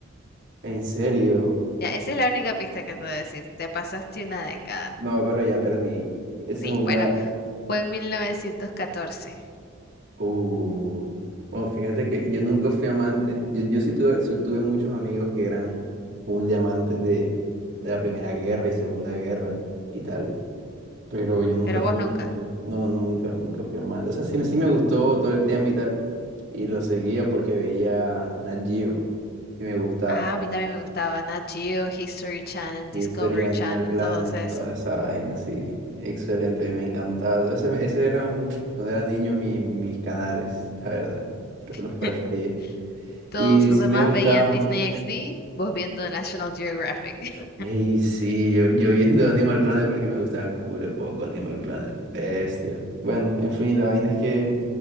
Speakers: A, on the right (about 60°); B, on the left (about 50°).
A: ¿En serio?
B: Ya, esa es la única pista que te voy a decir. Te pasaste una década.
A: No, pero ya perdí. Eso
B: Sí,
A: es una...
B: bueno, fue en 1914.
A: Uh. Bueno, fíjate que yo nunca fui amante. Yo, yo sí tuve, sí tuve muchos amigos que eran full de amantes de, de la Primera Guerra y Segunda Guerra y tal. Pero yo nunca
B: Pero
A: fui
B: vos nunca.
A: amante. No, nunca, nunca fui amante. O sea, sí, me- sí me gustó todo el tema y tal. Y lo seguía porque veía Nat Geo y me gustaba.
B: Ah, a mí también me gustaba Nat Geo, History Channel,
A: Y
B: Discovery
A: historia de Animal
B: Channel,
A: Planet,
B: todos esos.
A: toda esa vaina, sí. Excelente, a mí me encantaba. todo Eso, eso eran, cuando era niño, mi- mis canales, la verdad. Pref-
B: <laughs>
A: Los prefería.
B: Todos
A: Y
B: los
A: sí
B: demás
A: me gustaban.
B: veían Disney XD, vos viendo National Geographic. <laughs>
A: Ey, sí, yo, yo viendo Animal Planet porque me gustaba culo poco Animal Planet. Bestia. Bueno, en fin, la vaina es que